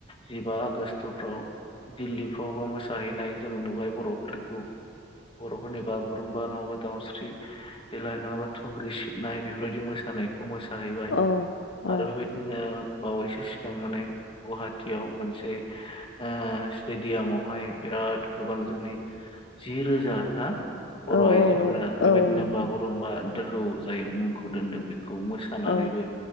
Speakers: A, on the left; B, on the left.
A: जिबा आगष्टफ्राव दिल्लीफ्रावबो मोसाहैनाय जोङो नुबाय बरफोरखौ बर फोरनि बागुरुम्बा नङाबा दाउस्रि देलाय नङाबा थुंग्रि सिब नाय बेफोरबायदि मोसानायखौ मोसाहैबाय
B: औ
A: आरो बेबायदिनो बावैसो सिगां माने गुवाहाट थियाव मोनसे ओ स्टेडियामावहाय बिराद गोबां जोंनि जि रोजा ना? बर
B: औ
A: आइजोफोरा बेबायदिनो
B: औ नंगौ
A: बागुरुम्बा दोहौ जाय मुंखौ दोनदों बेख खौ मोसानानैबो
B: औ औ